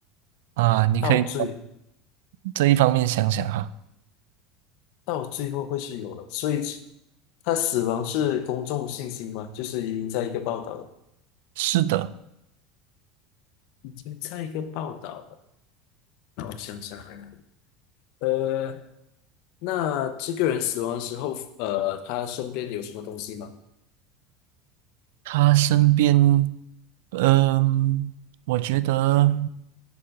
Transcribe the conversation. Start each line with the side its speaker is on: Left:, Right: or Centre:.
Right: 啊，你可以。
Left: 到最
Right: 这一方面想想哈，
Left: 到最后会是有的，所以他死亡是公众信息吗？就是已经在一个报道了，
Right: 是的，
Left: 已经在一个报道了。那我想想看，呃，那这个人死亡的时候，呃，他身边有什么东西吗？
Right: 他身边，嗯，我觉得